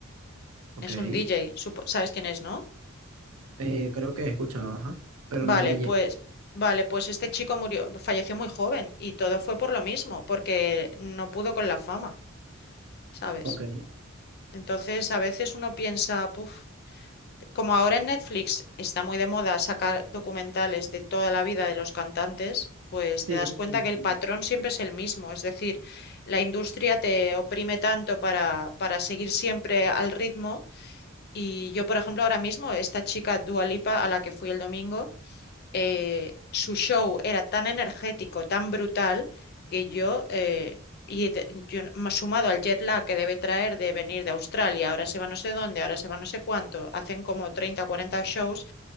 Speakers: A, on the right; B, on the left.
A: Ok.
B: Es
A: Eh,
B: un DJ, supo- ¿sabes quién es, no?
A: creo que he escuchado, ajá, pero
B: Vale,
A: no le llegué.
B: pues, vale, pues este chico murió, falleció muy joven y todo fue por lo mismo, porque no pudo con la fama, ¿sabes?
A: Ok.
B: Entonces, a veces uno piensa, "Buf". como ahora en Netflix está muy de moda sacar documentales de toda la vida de los cantantes, pues
A: Sí,
B: te das cuenta que el patrón siempre es el mismo, es decir, la industria te oprime tanto para, para seguir siempre al ritmo. Y yo, por ejemplo, ahora mismo, esta chica Dua Lipa, a la que fui el domingo, eh, su show era tan energético, tan brutal, que yo, eh, y de- yo n- más sumado al jet lag que debe traer de venir de Australia, ahora se va no sé dónde, ahora se va no sé cuánto, hacen como 30 o 40 shows,